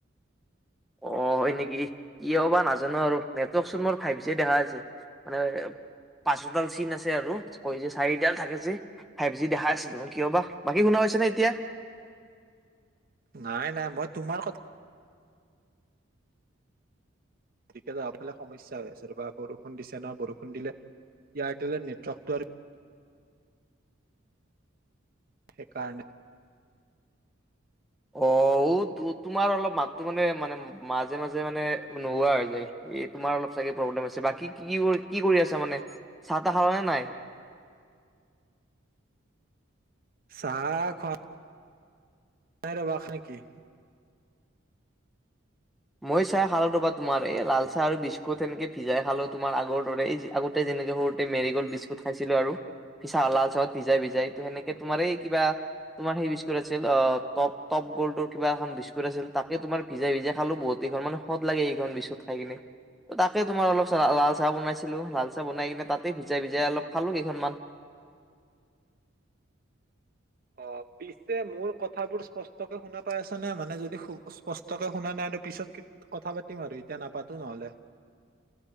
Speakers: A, in the centre; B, on the right.
A: অ' হয় নেকি কিয় বা নাজানো আৰু নেটৱৰ্ক চোন মোৰ ফাইভ জি দেখাই আছে। মানে পাঁচডাল চিন আছে আৰু কৈ যে চাৰিডাল থাকে যে। ফাইভ যি দেখাই আছে দেখোন কিয় বা বাকী শুনা পাইছে নে এতিয়া।
B: নাই নাই, মই তোমাৰ কথা। গতিকে যাব ফালে সমস্যা হৈ আছে ৰবা বৰষুণ দিছে ন বৰষুণ দিলে এয়াৰটেলৰ নেটৱৰ্কটো আৰু। সেইকাৰণে।
A: অ উ তোমাৰ অলপ মাতো মানে মানে মাজে মাজে মানে নোহোৱা হৈ যায়। এ তোমাৰ অলপ চাগে প্ৰব্লেম আছে বাকী কি কৰি কি কৰি আছা মানে চাহ তাহ খালা নে নাই?
B: চাহ খোৱা। নাই ৰবাখা নেকি <unintelligible>
A: মই চাহ খালো ৰ'বা তোমাৰ এই লাল চাহ আৰু বিস্কুট সেনেকে ভিয়াই খালো তোমাৰ আগৰ দৰে এই আগতে যেনেকে সৰু তে মেৰি গল্ড বিস্কুট খাইছিলো আৰুি চালাল চাহত ভিজাই ভিজাই ত সেনেকে তোমাৰ এই কিবা। তোমাৰ সেই বিস্কুট আছিল অ টপটপ গ'ল্ডৰ কিবা এখন বিস্কুট আছিল তাকে তোমাৰ ভিজাই ভিজা। খালো বহুতকেইখন মানে হত লাগে এইখন বিস্কুট খাই কিনে। ত তাকে তোমাৰ অলপ লাল চাহ বনাইছিলো লাল চাহ বনাই কিনে তাতে ভিজাই ভিজাই অলপ খালো কেইখনমান <unintelligible>
B: অ', পিছে মোৰ কথাবোৰ স্পষ্টকে শুনা পাই আছা নে, মানে যদি স্পষ্টকে শুনা নাই টো পিছতকে। কথা পাতিম আৰু এতিয়া নাপাতো নহ'লে।